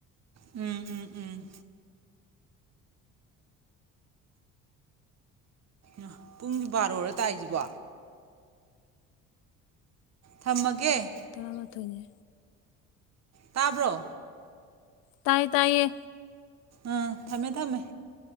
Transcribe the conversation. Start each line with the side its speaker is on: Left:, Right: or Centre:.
Right: ꯎꯝ ꯎꯝ ꯎꯝ ꯎꯝ ꯄꯨꯡꯖꯤ ꯕꯥꯔꯣꯔꯣ ꯇꯥꯏꯁꯤꯕꯨ ꯊꯝꯃꯒꯦ
Left: ꯊꯔꯥ ꯃꯇꯣꯏꯅꯦ
Right: ꯇꯥꯕ꯭ꯔꯣ
Left: ꯇꯥꯏ ꯇꯥꯏꯌꯦ
Right: ꯑꯥ ꯊꯝꯃꯦ ꯊꯝꯃꯦ